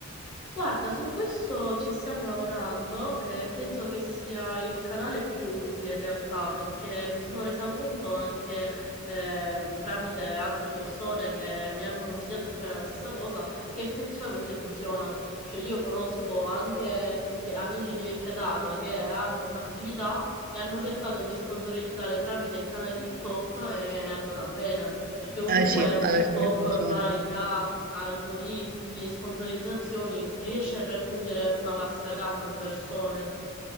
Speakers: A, on the left; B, on the right.
A: Guarda, su questo ci stiamo lavorando e penso che sia il canale più utile in realtà perché mi sono resa conto anche eh, tramite altre persone che mi hanno consigliato di fare la stessa cosa che effettivamente funziona. Cioè io conosco anche ve- amici di vecchia data che hanno un'attività e hanno cercato di sponsorizzare tramite il canale TikTok e è andata bene perché comunque
B: Eh sì, ad
A: TikTok
B: alcuni funziona.
A: ormai tra algoritmi, sponsorizzazioni, riesce a raggiungere una vasta gamma di persone.